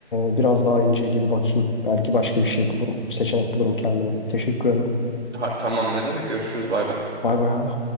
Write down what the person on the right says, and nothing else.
Ha, tamam ne demek? Görüşürüz bay bay.